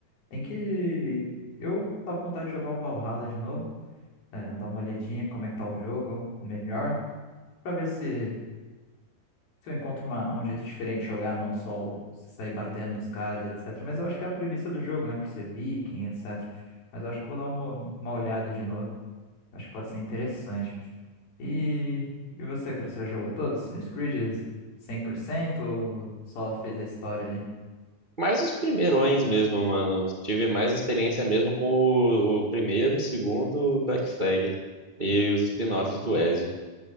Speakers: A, on the left (about 75°); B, on the right (about 20°).
A: Tem que. Eu tava com vontade de jogar o Valhalla de novo. é, dar uma olhadinha como é que tá o jogo, melhor. Pra ver se, se eu encontro uma- um jeito diferente de jogar, não só o- sair batendo nos caras, etc. Mas eu acho que é a premissa do jogo, né? Por ser viking, etc. Mas eu acho que vou dar uma, uma olhada de novo. Acho que pode ser interessante. E, e você, cara, você já jogou todos os Assassin's Creed 100% ou só fez a história ali?
B: Mas os primeirões mesmo, mano. Tive mais experiência mesmo com o, o primeiro, o segundo Black Flag e os spin-offs do Ezio.